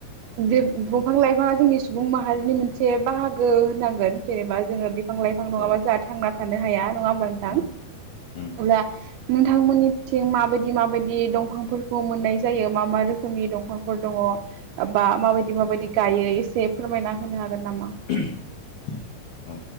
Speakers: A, on the right; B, on the left.
A: देब दंफां लाइफांङा जोंनि सुबुं माहारिनि मोनसे बाहागो होननांगोन जेनेबा जोंङो फां लाइफां नंङाबा
B: औ
A: जाहा थांना थानो हाया नंङा होमबा नोंथां?
B: उम उम
A: अब्ला नोंथांमोननिथिं माबायदि माबायदि दंफांफोरखौ मोननाय जायो मा मा रोखोमनि दंफांफोर दंङ अ बा माबायदि माबायदि गायो एसे फोरमायना होनो हागोन नाम
B: <unintelligible> औ